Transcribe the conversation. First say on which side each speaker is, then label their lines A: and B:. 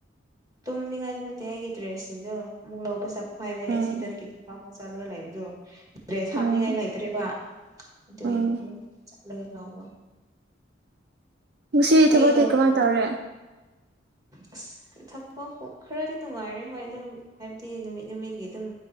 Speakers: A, on the right; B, on the right.
A: ꯇꯨꯝꯅꯤꯉꯥꯏꯗꯤ ꯅꯠꯇꯦ ꯑꯩꯒꯤ ꯗ꯭ꯔꯦꯁꯁꯤꯡꯗꯣ ꯑꯃꯨꯛ ꯂꯧꯄ ꯆꯞ ꯍꯥꯏꯕ <unintelligible> ꯑꯩꯁꯤꯗꯒꯤꯠ
B: ꯎꯝ
A: ꯄꯥꯃꯨꯛ ꯆꯠꯂꯒ ꯂꯩꯕꯗꯣ ꯗ꯭ꯔꯦꯁ ꯍꯥꯞꯅꯤꯉꯥꯏ
B: ꯎꯝ
A: ꯂꯩꯇ꯭ꯔꯦꯕ ꯑꯗꯨꯒꯤ
B: ꯎꯝ
A: ꯃꯨꯛ ꯆꯠ ꯂꯒ ꯂꯧꯕ
B: ꯉꯁꯤ ꯊꯕꯛꯇꯤ
A: ꯑꯩ ꯋꯥꯀꯤꯡ
B: ꯀꯃꯥꯏꯅ ꯇꯧꯔꯦ
A: ꯑꯁ ꯊꯕꯛꯄꯨ ꯈꯔꯗꯤ ꯅꯨꯉꯥꯏꯔꯦ ꯍꯣꯏ ꯑꯗꯨꯝ ꯍꯥꯏꯕꯗꯤ ꯅꯨꯃꯤꯠ ꯅꯨꯃꯤꯒꯤ ꯗꯨꯝ